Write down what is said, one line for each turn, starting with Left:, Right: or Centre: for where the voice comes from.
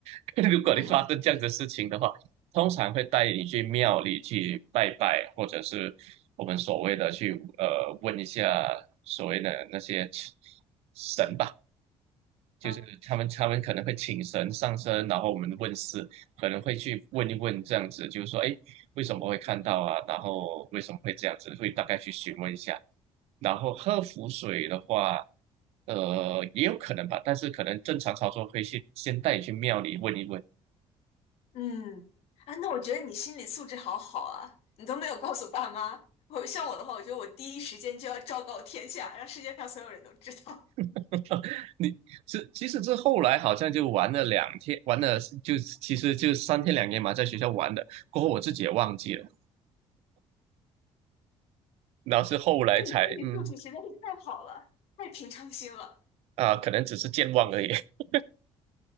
Right: <laughs> 如果你发生这样的事情的话，
Left: 嗯哼，
Right: 通常会带你去庙里去拜拜，或者是我们所谓的去呃问一下所谓的那些。神。就是他们他们可能会请神上身，
Left: 嗯，
Right: 然后我们问事，可能会去问一问这样子，就是说，哎，为什么会看到啊？然后为什么会这样子？会大概去询问一下。然后喝符水的话，呃，也有可能吧，但是可能正常操作会去先带你去庙里问一问。
Left: 嗯，啊，那我觉得你心理素质好好啊，你都没有告诉爸妈。我像我的话，我觉得我第一时间就要昭告天下，让世界上所有人都知道。
Right: <laughs> 你是其实这后来好像就玩了两天，玩了就其实就三天两夜嘛，在学校玩的。过后我自己也忘记了，然后是后来才嗯
Left: 那你心理素质实在是太好了，太平常心了。
Right: 啊、可能只是健忘而已。<laughs>